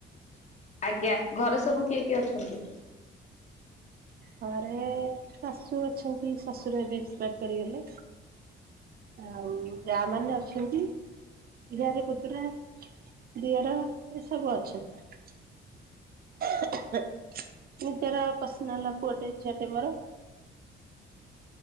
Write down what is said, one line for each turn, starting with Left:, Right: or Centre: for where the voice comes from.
Left: ଆଜ୍ଞା ଘରେ ସବୁ କିଏ କିଏ ଅଛନ୍ତି?
Right: ଘରେ ଶାଶୁ ଅଛନ୍ତି ଶଶୁର ଏବେ ଏକ୍ସପାଇର୍ କରିଗଲେ। ଆଉ ଯାଆମାନେ ଅଛନ୍ତି। ଝିଆରି, ପୁତୁରା, ଦିଅର ଏସବୁ ଅଛନ୍ତି। ନିଜର ପର୍ସନାଲ୍ ପୁଅଟେ ଝିଅଟେ ମୋର। <inaudible>